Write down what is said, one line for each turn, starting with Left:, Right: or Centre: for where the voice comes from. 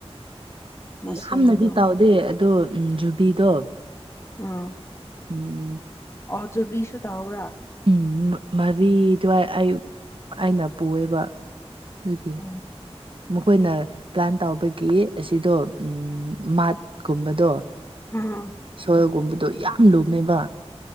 Left: ꯃꯁꯤꯡꯗꯣ
Right: ꯌꯥꯝꯅꯗꯤ ꯇꯧꯗꯦ ꯑꯗꯣ ꯖꯨꯕꯤꯗꯣ
Left: ꯑꯥ
Right: ꯎꯝ ꯎꯝ
Left: ꯑꯣ ꯖꯨꯕꯤꯁꯨ ꯇꯥꯎꯕ꯭ꯔꯥ
Right: ꯎꯝ ꯃꯔꯤ ꯑꯗꯨꯋꯥꯏ ꯑꯌꯨꯛ ꯑꯩꯅ ꯄꯨꯑꯦꯕ ꯑꯗꯨꯒꯤ
Left: ꯎꯝ
Right: ꯃꯈꯣꯏꯅ ꯄ꯭ꯂꯥꯟ ꯇꯥꯎꯕꯒꯤ ꯑꯁꯤꯗꯣ ꯎꯝ ꯃꯥꯠ ꯀꯨꯝꯕꯗꯣ
Left: ꯑꯥ
Right: ꯁꯣꯜꯒꯨꯝꯕꯗꯣ ꯌꯥꯝ ꯂꯨꯝꯃꯦꯕ